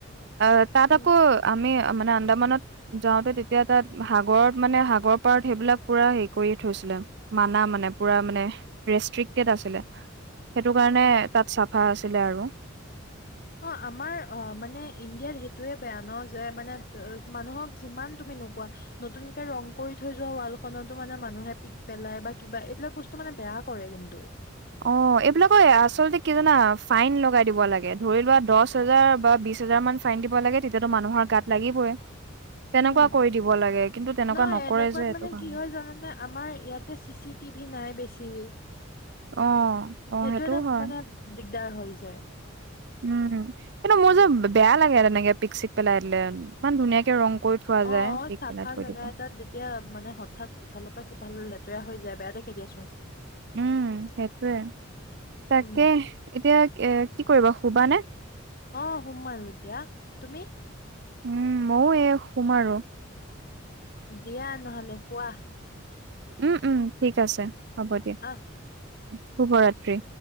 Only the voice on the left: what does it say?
উম
অ
অ আমাৰ অ মানে ইণ্ডিয়াত সেইটোৱে বেয়া ন, যে মানে মানুহক যিমান তুমি নোকোৱা নতুনকে ৰং কৰি থৈ যোৱা ৱালখনতো মানে মানুহে পিক পেলাই বা কিবা। এইবিলাক বস্তু মানে বেয়া কৰে কিন্তু।
উম,
নহয়
এনেকুৱাত
মানে
কি হয় জানানে আমাৰ ইয়াতে চি চি টিভি নাই বেছি। <unintelligible>
সেইটো
এটা
মানে দিগ দাৰ হৈ যায়।
অ
অ
চাফা
জেগা
এটাত যেতিয়া মানে হঠাৎ সিফালৰ পৰা সিফাললে বেয়া হৈ যায় বেয়া দেখে দিয়াচোন।
উম
অ শুম আৰু এতিয়া। তুমি?
দিয়া নহ'লে শুৱা।
আহ